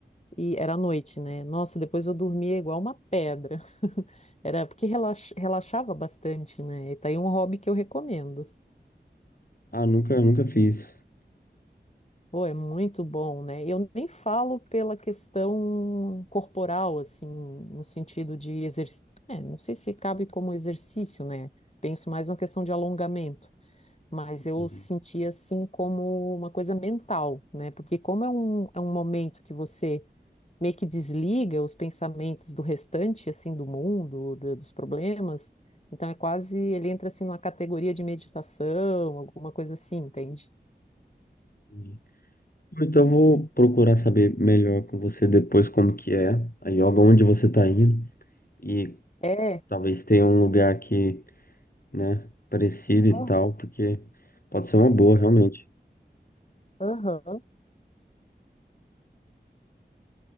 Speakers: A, on the left (about 40°); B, on the left (about 55°).
A: e era à noite, né? Nossa, depois eu dormia igual uma pedra. <laughs> Era porque relax- relaxava bastante, né? E tá aí um hobby que eu recomendo.
B: Ah, nunca, nunca fiz.
A: Pô, é muito bom, né? Eu nem falo pela questão corporal, assim, no sentido de exercício. É, não sei se cabe como exercício, né? Penso mais na questão de alongamento, mas
B: Entendi,
A: eu senti assim como uma coisa mental, né? Porque como é um, é um momento que você meio que desliga os pensamentos do restante, assim, do mundo, do- dos problemas, então é quase, ele entra assim numa categoria de meditação, alguma coisa assim, entende?
B: entendi. Então vou procurar saber melhor com você depois como que é a yoga, onde você tá indo. E
A: É.
B: talvez tenha um lugar que, né, parecido
A: Ah,
B: e tal, porque pode ser uma boa, realmente.
A: Aham.